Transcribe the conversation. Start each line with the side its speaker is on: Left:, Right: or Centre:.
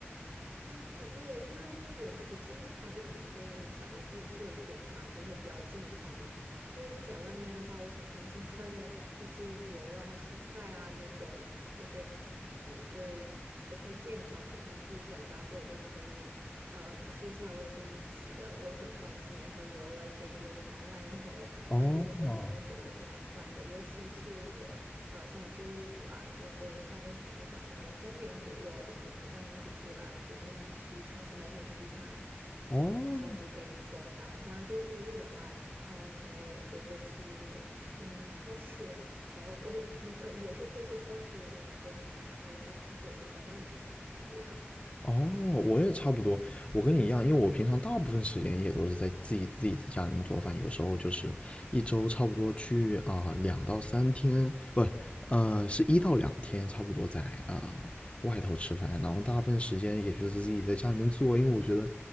Right: 啊，对，就是会有时间的话，就肯定会想着自己做一点嘛，就会比较健康嘛。因为在外面的话，我很担心它的一些油啊、蔬菜啊那种，就是嗯不会不太健康嘛。然后自己在家做就可以，呃，蔬菜我也可以洗的，我很放心。然后油我也可以用橄榄油，
Left: 哦，
Right: 然后有些时候牛油果油这样换着，尤其是我呃像周五啊，我会下班比较早，可能三点左右我就从办公室出来了，就可以去超市买点食材，
Left: 哦，
Right: 然后就可以做饭。像周六日的话，嗯、可能我就会去嗯超市。啊，不不，我我呃也是会去超市采购食材，然后但是我会在外面吃一餐这样。
Left: 哦，我也差不多，我跟你一样，因为我平常大部分时间也都是在自己自己在家里面做饭，有时候就是一周差不多去啊、两到三天，不，呃，是一到两天，差不多在啊、外头吃饭，然后大部分时间也就是自己在家里面做，因为我觉得